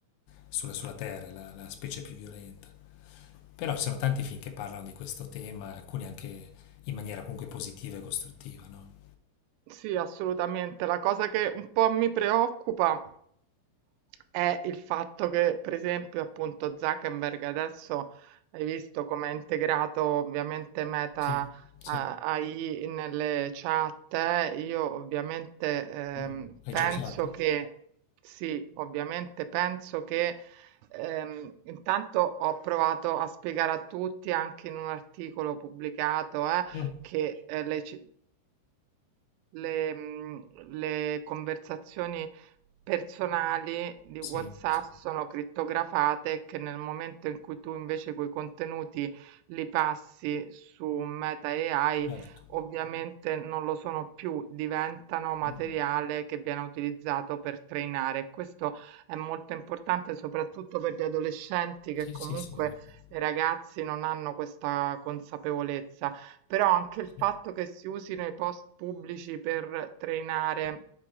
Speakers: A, on the left (about 80°); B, on the right (about 90°).
A: sulla, sulla Terra, la, la specie più violenta. Però ci sono tanti film che parlano di questo tema, alcuni anche in maniera comunque positiva e costruttiva, no?
B: Sì, assolutamente. La cosa che un po' mi preoccupa è il fatto che, per esempio, appunto Zuckerberg adesso hai visto come ha integrato ovviamente Meta
A: Sì,
B: eh,
A: sì.
B: AI nelle chat. eh. Io ovviamente ehm,
A: Mm. L'hai
B: penso
A: già usata?
B: che sì, ovviamente penso che ehm, intanto ho provato a spiegare a tutti anche in un articolo pubblicato eh,
A: Io?
B: che eh, le ci- le, mhmm, le conversazioni personali di
A: Sì,
B: WhatsApp
A: sì,
B: sono crittografate che nel momento in cui tu invece quei contenuti li passi su Meta AI,
A: certo.
B: ovviamente non lo sono più, diventano materiale
A: Mm.
B: che viene utilizzato per trainare. Questo è molto importante soprattutto per gli adolescenti che
A: Sì,
B: comunque
A: sì, sì, è vero.
B: i ragazzi non hanno questa consapevolezza però anche
A: Sì.
B: il fatto che si usino i post pubblici per trainare